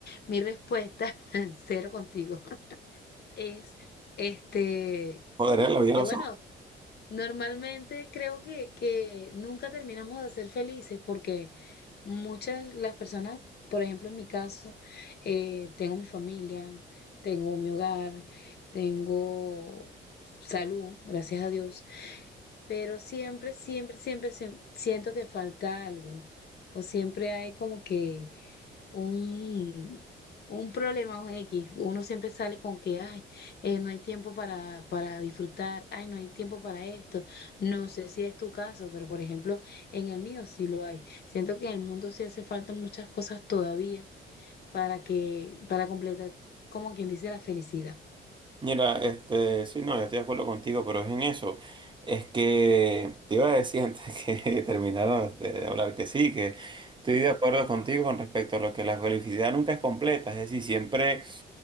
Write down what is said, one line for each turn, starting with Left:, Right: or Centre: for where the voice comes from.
Left: Mi respuesta, <laughs> cero contigo, <laughs> es este,
Right: Joder, la vida de
Left: que
Right: los
Left: bueno, normalmente creo que, que nunca terminamos de ser felices porque muchas las personas, por ejemplo, en mi caso, eh, tengo mi familia, tengo mi hogar, tengo salud, gracias a Dios pero siempre, siempre, siempre se- siento que falta algo, o siempre hay como que un, un problema o X, uno siempre sale con que, ay, eh, no hay tiempo para, para disfrutar, ay, no hay tiempo para esto, no sé si es tu caso, pero por ejemplo, en el mío sí lo hay, siento que en el mundo sí hace falta muchas cosas todavía para que, para completar, como quien dice, la felicidad.
Right: Mira, este, sí, no, yo estoy de acuerdo contigo, pero es en eso. Es que te iba a decir antes <laughs> que terminaron de de hablar que sí, que estoy de acuerdo contigo con respecto a lo que la felicidad nunca es completa, es decir, siempre